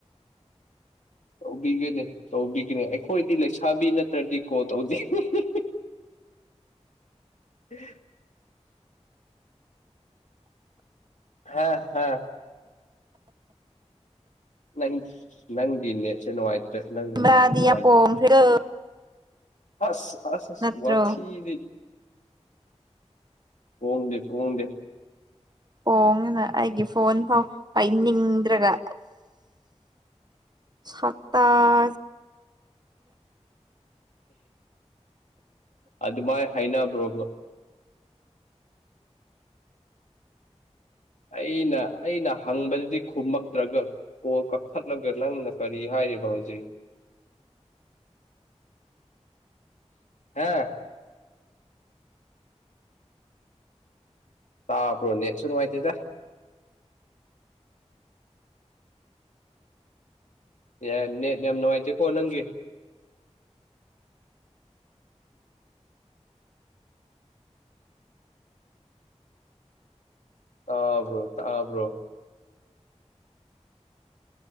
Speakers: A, on the left (about 85°); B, on the right (about 35°).
A: ꯇꯧꯕꯤꯒꯅꯤ ꯇꯧꯕꯤꯒꯅꯤ ꯑꯩꯈꯣꯏꯗꯤ ꯂꯩꯁꯥꯕꯤ ꯅꯠꯇ꯭ꯔꯗꯤ ꯀꯣ ꯇꯧꯗꯦꯅꯤ <inaudible> ꯍ ꯍꯥ ꯍꯥ ꯅꯪ ꯅꯪꯒꯤꯅꯦꯁꯦ ꯅꯨꯡꯉꯥꯏꯇ꯭ꯔꯦ ꯅꯪꯒꯤꯅꯦꯁꯦ
B: ꯃꯥꯗꯤ
A: ꯅꯨꯡꯉꯥꯏꯇ꯭ꯔꯦ
B: ꯌꯥꯝ ꯄꯣꯡꯈ꯭ꯔꯦ
A: ꯑꯁ ꯑꯁ ꯑꯁ
B: ꯅꯠꯇ꯭ꯔꯣ
A: ꯋꯥꯊꯤꯗꯤ ꯐꯣꯡꯗꯦ ꯐꯣꯡꯗꯦ
B: ꯍꯣꯡ ꯉꯅ ꯑꯩꯒꯤ ꯐꯣꯟ ꯐꯥꯎ ꯄꯥꯏꯅꯤꯡꯗ꯭ꯔꯒ
A: <inaudible>
B: ꯁꯠꯇꯒ
A: ꯑꯗꯨꯃꯥꯏ ꯍꯥꯏꯅꯕ꯭ꯔꯣꯕꯣ ꯑꯩꯅ ꯑꯩꯅ ꯍꯪꯕꯗꯨꯗꯤ ꯈꯨꯝꯃꯛꯇ꯭ꯔꯒ ꯀꯣꯜ ꯀꯛꯊꯠꯂꯒ ꯅꯪꯅ ꯀꯔꯤ ꯍꯥꯏ ꯍꯥꯏꯔꯤꯕ ꯍꯧꯖꯤꯛ ꯍꯥꯦ ꯇꯥꯄ꯭ꯔꯣꯅꯦ ꯁꯅ ꯃꯥꯥꯏꯇꯦ ꯇ ꯌꯥ ꯅ ꯌꯥꯝꯦꯝ ꯅꯉꯏꯇ ꯀ ꯅ ꯑꯪꯒꯦ ꯇꯥꯕ꯭ꯔꯣ ꯇꯥꯕ꯭ꯔꯣ